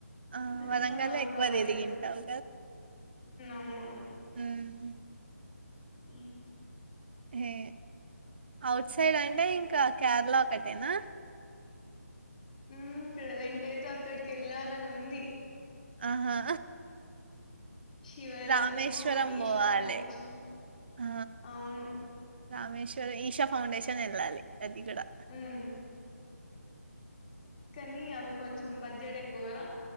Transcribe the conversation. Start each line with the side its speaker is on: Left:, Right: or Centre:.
Right: ఆ
Left: చిన్న
Right: వరంగల్లో
Left: చిన్నగా అవీ
Right: ఎక్కువ
Left: కావర్యిపోతే
Right: తిరిగింటావు
Left: అవునవును
Right: మ్
Left: మ్
Right: ఏ ఔట్ సైడ్ అంటే ఇంకా కేరళ ఒకటేనా
Left: ఉమ్ ప్రెజెంట్ అయితే అక్కడికి వెళ్ళాలని ఉంది.
Right: ఆహా
Left: శివరాత్ర్రిలో
Right: రామేశ్వరం
Left: ఈశా
Right: పోవాలి
Left: ఫౌండేషన్
Right: ఆ
Left: అవును
Right: రామేశ్వరం ఈషా ఫౌండేషన్ ఏళ్ళాలి అది గుడా
Left: ఉమ్ కానీ అవి కొంచెం బడ్జెట్ ఎక్కువ గదా